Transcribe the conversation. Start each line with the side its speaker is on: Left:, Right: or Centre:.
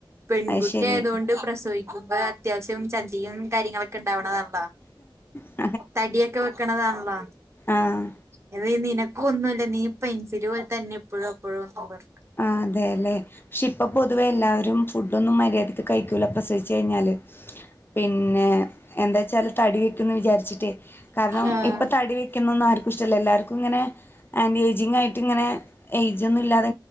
Right: പെൺകുട്ടി
Left: അയ്ശരി
Right: ആയതൊണ്ട് പ്രസവിക്ക ക്കുമ്പ അത്യാവശ്യം ചന്തിയും കാര്യങ്ങളൊക്കെണ്ടാവുന്നതാണ്
Left: ആഹ്
Right: തടിയൊക്കെ വെക്കണതാണല്ലോ
Left: ആഹ്
Right: അ നിനക്കൊ ഒന്നുല്ല്യ നീ ഇപ്പഴും പെൻസിലി പോലെ തന്നെ എപ്പോഴും അപ്പോഴും പറഞ്ഞു
Left: ആഹ് അതെല്ലെ പക്ഷെ ഇപ്പൊ പൊതുവെ എല്ലാവരും ഫുഡൊന്നും മര്യാദയ്ക്ക് കഴിക്കൂല പ്രസവിച്ച് കഴിഞ്ഞാല് പിന്നെ പിന്നെ എന്താച്ചാൽ തടി വെക്ക്ന്ന് വിചാരിച്ചിട്ട് കാരണം
Right: ആഹ്
Left: ഇപ്പ തടി വെക്ക ക്ക്ന്നൊന്നും ആർക്കും ഇഷ്ട്ടല്ല എല്ലാവർക്കും ഇങ്ങനെ ആന്റി ഏജിങ് ആയിട്ട് ഇങ്ങനെ യേജ് ഒന്നും ഇല്ലാതെ